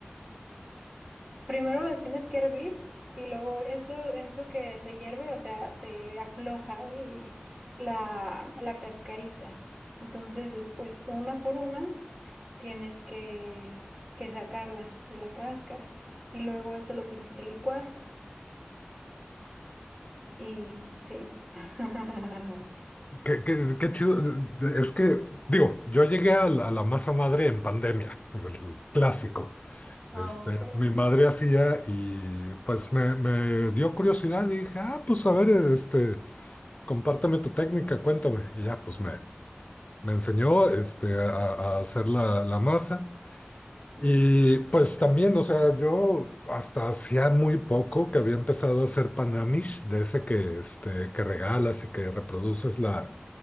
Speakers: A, on the right; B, on the left.
A: Primero las tienes que hervir y luego eso, eso que se hierve, o sea, se afloja el- la, la cascarita. Entonces después, una por una, tienes que, que sacarla de la cáscara y luego eso lo tienes que licuar. Y sí. <laughs>
B: Qué, qué- qué chido. Es que, digo, yo llegué a la, a la masa madre en pandemia, el clásico.
A: Ok.
B: Este, mi madre hacía y pues me, me dio curiosidad y dije, ah, pues a ver, este, compárteme tu técnica, cuéntame. Y ya, pues me, me enseñó este, a, a hacer la, la masa. Y pues también, o sea, yo hasta hacía muy poco que había empezado a hacer panamish, de ese que, este, que regalas y que reproduces la,